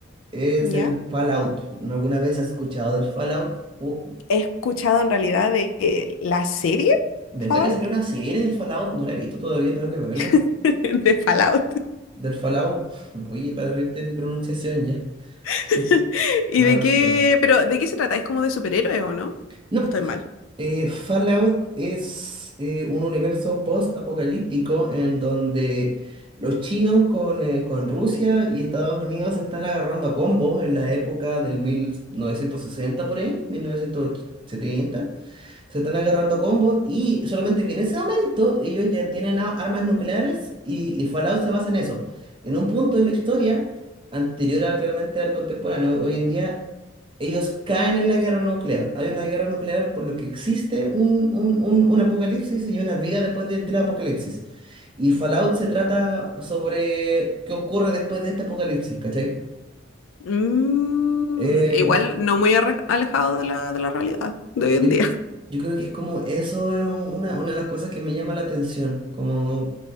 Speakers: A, on the right (about 25°); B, on the left (about 85°).
A: Es
B: ¿ya?
A: el Fallout. ¿No ¿Alguna vez has escuchado del Fallout? Oh,
B: He escuchado en realidad de eh, la serie
A: ¿verdad
B: Fallout,
A: que salió una serie del Fallout? No la he visto todavía, tengo que verla.
B: <laughs> de Fallout.
A: Del Fallout. <laughs> Oye, para reírte de mi pronunciación ya.
B: <laughs>
A: <laughs>
B: ¿Y
A: Mala
B: de
A: persona.
B: qué, pero de qué se trata? ¿Es como de superhéroes o no?
A: No,
B: ¿O estoy mal?
A: eh, Fallout es eh, un universo post-apocalíptico en donde los chinos con, eh, con Rusia y Estados Unidos se están agarrando a combos en la época del 1960 por ahí, 1970. Se están agarrando a combos y solamente que en ese momento ellos ya tienen a- armas nucleares y, y Fallout se basa en eso. En un punto de la historia, anterior a, claramente al contemporáneo, hoy en día ellos caen en la guerra nuclear. Hay una guerra nuclear por lo que existe un, un- un- un apocalipsis y una vida después de- del apocalipsis. Y Fallout se trata sobre qué ocurre después de este apocalipsis, ¿cachai?
B: Mm,
A: Eh,
B: igual no muy arre- alejado de la, de la realidad de hoy en
A: Yo,
B: día.
A: yo creo que es como eso es un- una, una de las cosas que me llama la atención, como